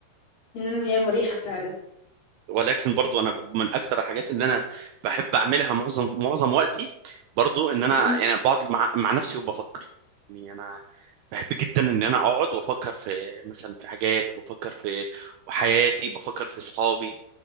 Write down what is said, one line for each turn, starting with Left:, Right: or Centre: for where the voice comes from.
Left: امم هي مريحه فعلا
Right: ولكن برضو انا ب- من اكتر الحاجات اللي انا بحب اعملها معظم معظم وقتي برضو ان انا
Left: امم
Right: يعني بقعد مع, مع نفسي وبفكر يعني انا بحب جدا ان انا اقعد وافكر في مثلا في حاجات بفكر في حياتي بفكر في صحابي